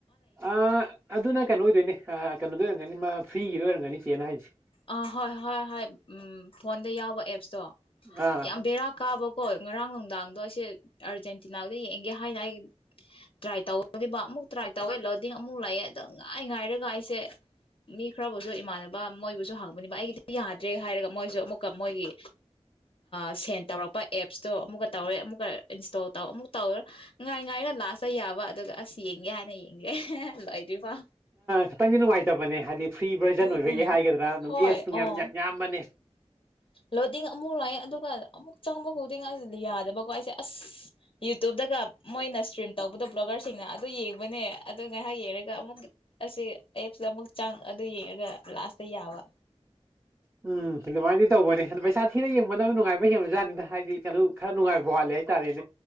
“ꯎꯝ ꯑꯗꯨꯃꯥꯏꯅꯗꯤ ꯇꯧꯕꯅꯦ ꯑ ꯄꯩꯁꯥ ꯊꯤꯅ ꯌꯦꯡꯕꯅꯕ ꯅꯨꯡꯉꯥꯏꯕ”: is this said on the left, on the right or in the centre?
Right